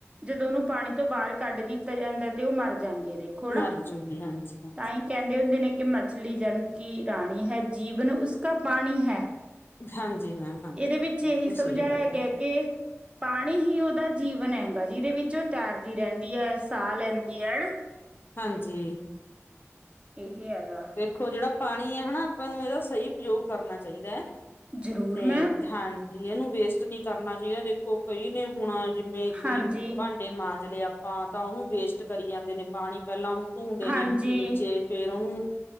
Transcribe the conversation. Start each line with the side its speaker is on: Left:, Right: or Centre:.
Right: ਜਦੋਂ ਓਨੂੰ ਪਾਨੀ ਤੋਂ ਬਾਰ ਕੱਢ ਦਿੱਤਾ ਜਾਂਦਾਂ ਤੇ ਉਹ ਮਰ ਜਾਂਦੀ ਏ ਦੇ ਥੋੜਾ,
Left: ਮਰਜੂਗੀ ਹਾਂਜੀ ਹਾਂਜੀ
Right: ਤਾਂ ਈ ਕਹਿੰਦੇ ਹੁੰਦੇ ਨੇ ਕਿ ਮੱਛਲੀ ਜਲ ਕੀ ਰਾਣੀ ਹੈ, ਜੀਵਨ ਉਸ ਕਾ ਪਾਣੀ ਹੈ।
Left: ਹਾਂਜੀ ਮੈਮ ਹਾਂਜੀ
Right: ਏਦੇ ਵਿੱਚ
Left: ਬਿਲਕੁਲ
Right: ਇਹੀ ਸਮਝਾਇਆ
Left: ਸਹੀ ਗੱਲ ਹੈ
Right: ਗਿਆ ਕਿ ਪਾਣੀ ਹੀ ਓਦਾ ਜੀਵਨ ਹੈਗਾਂ ਜਿਹਦੇ ਵਿੱਚ ਓ ਤੈਰਦੀ ਰਹਿੰਦੀ ਐ, ਸਾਹ ਲੈਂਦੀ ਐ ਅਨਾ।
Left: ਹਾਂਜੀ।
Right: ਏਹ ਹੈਗਾ।
Left: ਦੇਖੋ ਜਿਹੜਾ ਪਾਣੀ ਏ ਹਣਾ ਆਪਾਂ ਨੂੰ ਏਦਾ ਸਈ ਉਪਯੋਗ ਕਰਨਾ ਚਾਈਦੈ।
Right: ਜ਼ਰੂਰ
Left: 'ਤੇ
Right: ਮੈਮ
Left: ਹਾਂਜੀ ਏਨੂੰ ਵੇਸਟ ਨੀ ਕਰਨਾ ਚਾਈਦਾ ਦੇਖੋ ਕਈ ਨੇ ਹੁਣ ਜਿਵੇਂ ਕੋਈ
Right: ਹਾਂਜੀ
Left: ਭਾਂਡੇ ਮਾਂਜਲੇ ਆਪਾਂ ਤਾਂ ਉਨੂੰ ਵੇਸਟ ਕਰੀ ਜਾਂਦੇ ਨੇ ਪਾਣੀ ਪਹਿਲਾਂ ਉਨੂੰ ਧੂਦੇ
Right: ਹਾਂਜੀ
Left: ਨੇ ਟੂਟੀ ਨੀਚੇ ਫੇਰ ਉਨੂੰ